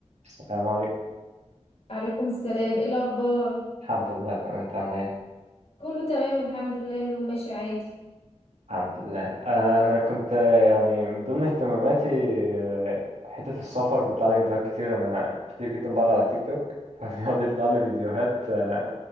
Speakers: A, on the right; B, on the left.
A: السلام عليكم
B: عليكم السلام ايه الاخبار
A: الحمد لله تمام انت عامل ايه
B: كله تمام الحمد لله اليوم ماشي عادي
A: الحمد لله انا كنت آه، يعني من ضمن اهتماماتي آه، حتة السفر بيطلع لي فيديوهات كتير انا كتير جدا بقعد على تيك توك <laughs> فبيقعد يطلع لي فيديوهات آه،